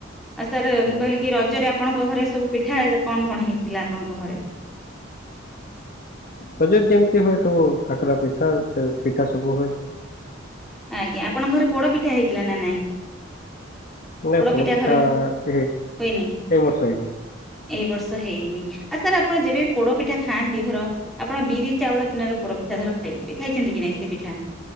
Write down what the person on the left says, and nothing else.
ହଁ
ରଜରେ ଯେମିତି ହୁଏ ସବୁ କାକରା ପିଠା <unintelligible> ପିଠା ସବୁ ହୁଏ।
ନାଇଁ
ପୋଡ଼ ପିଠା
ଏଇ
ବର୍ଷ ହେଇନି। ହଁ